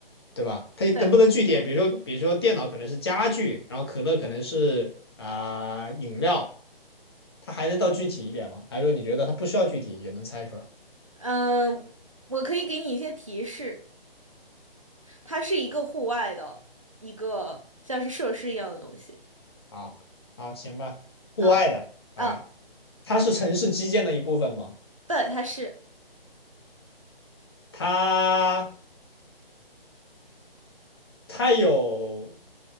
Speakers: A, on the left; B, on the right.
A: 对吧？它能不能具体点？
B: 对，
A: 比如说比如说电脑可能是家具，然后可乐可能是啊、饮料，它还能到具体一点吗？还是说你觉得它不需要具体也能猜出来？
B: 嗯，我可以给你一些提示，它是一个户外的一个像是设施一样的东西。
A: 好，好，行吧，户外的，
B: 嗯
A: 哎，
B: 嗯，
A: 它是城市基建的一部分吗？
B: 对，它是，
A: 它它有，